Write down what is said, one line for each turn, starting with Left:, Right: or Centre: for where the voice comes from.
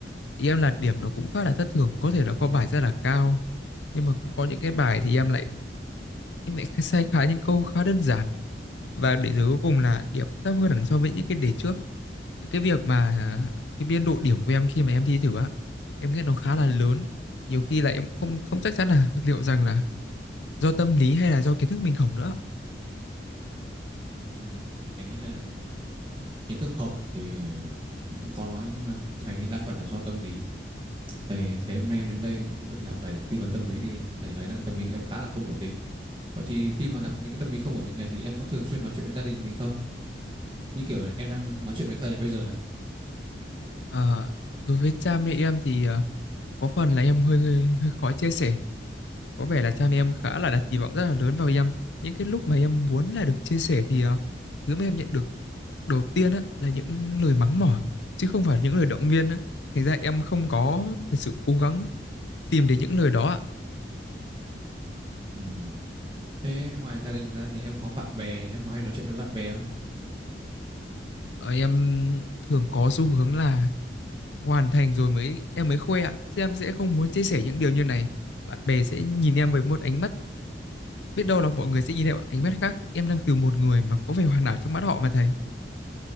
Left: Ý em là điểm nó cũng khá là thất thường, có thể là có bài rất là cao. Nhưng mà cũng có những cái bài thì em lại em lại sai khá những câu khá đơn giản. Và để rồi cuối cùng là điểm thấp hơn hẳn so với những cái đề trước cái việc mà à, cái biên độ điểm của em khi mà em thi thử á em nghĩ nó khá là lớn nhiều khi là em không không chắc chắn là liệu rằng là do tâm lý hay là do kiến thức mình hổng nữa
Right: ừ, thầy nghĩ là kiến thức hổng thì nó cũng khó nói nhưng mà thầy nghĩ đa phần là do tâm lý thầy thấy hôm nay em đến đây gặp thầy để tư vấn tâm lý thì thầy thấy là tâm lý của em khá là không ổn định vậy thì khi mà gặp những cái tâm lý không ổn định này thì em có thường xuyên nói chuyện với gia đình mình không như kiểu là em đang nói chuyện với thầy bây giờ này
Left: Ờ, đối với cha mẹ em thì ờ, có phần là em hơi, hơi hơi khó chia sẻ có vẻ là cha mẹ em khá là đặt kỳ vọng rất là lớn vào em những cái lúc mà em muốn là được chia sẻ thì ờ, thứ mà em nhận được đầu tiên á là những lời mắng mỏ chứ không phải những lời động viên á thành ra em không có thật sự cố gắng tìm đến những lời đó ạ
Right: Ừm, Thế ngoài gia đình ra thì em có bạn bè, em có hay nói chuyện với bạn bè không?
Left: Ờ, em thường có xu hướng là hoàn thành rồi mới em mới khoe ạ chứ em sẽ không muốn chia sẻ những điều như này bạn bè sẽ nhìn em với một ánh mắt biết đâu là mọi người sẽ nhìn em bằng ánh mắt khác em đang từ một người mà có vẻ hoàn hảo trong mắt họ mà thầy